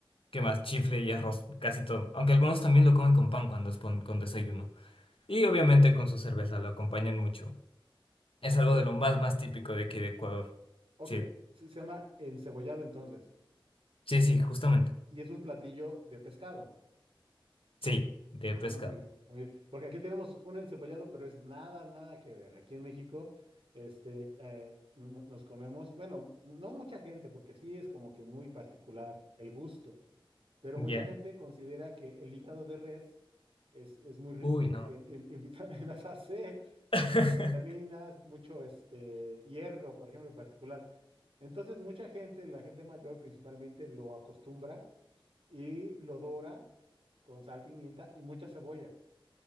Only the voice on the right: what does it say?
ok,
ok,
se, se llama encebollado entonces,
y es un platillo de pescado.
Ah,
muy bien, muy bien, porque aquí tenemos un encebollado, pero es nada, nada que ver. Aquí en México, este, eh, no- no- nos comemos, bueno, no mucha gente, porque sí es como que muy particular el gusto Pero
mucha gente considera que el hígado de res es, es muy rico
en, en- en <laughs> vitaminas AC,
vitaminas, mucho este, hierro, por ejemplo, en particular. Entonces, mucha gente, la gente mayor principalmente, lo acostumbra y lo dora con sal, pimienta y mucha cebolla.